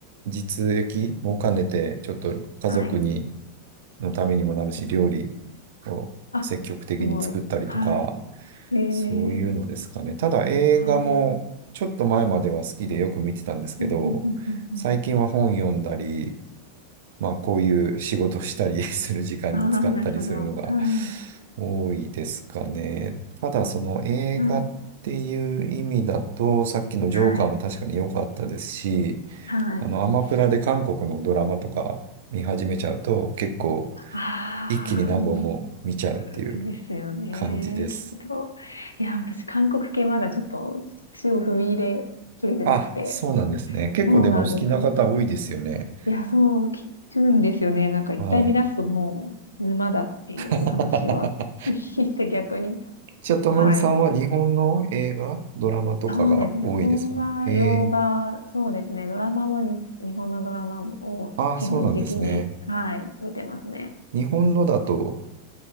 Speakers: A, on the right (about 55°); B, on the left (about 80°).
A: 実益も兼ねて、ちょっと家族に
B: はい。
A: のためにもなるし、料理を積極的に作ったりとか、
B: あ、すごい。はい。ええ
A: そういうのですかね。ただ映画もちょっと前までは好きでよく見てたんですけど、
B: はい。うんうんうんうん
A: 最近は本読んだり、まあこういう仕事したり <laughs> する時間に使ったりするのが
B: ああ、なるほど。はい。
A: 多いですかね。ただその映画っていう意味だと、
B: はい。
A: さっきのジョーカーも確かに良かったですし、
B: はい。はい。
A: あのアマプラで韓国のドラマとか見始めちゃうと結構
B: ああ、
A: 一気に何本も見ちゃうっていう
B: うんそうですよね。
A: 感じです。
B: きっと。いや、私、韓国系まだちょっと足を踏み入れきれてなくて。
A: あ、そうなんですね。結構でもお好きな方多いですよね。
B: そうなんです。いや、そう聞くんですよね。なんか一回見出すともう沼だっていう話は
A: はい。<laughs>
B: <laughs> 聞いて逆に。
A: じゃあ、ともみさんは日本の映画、
B: はい。
A: ドラマとかが多いですかへえ。
B: そうですね。邦画、洋画、そうですね。ドラマもに、日本のドラマを基本的に、
A: あ、そうなんですね。
B: はい、見てますね。
A: 日本のだと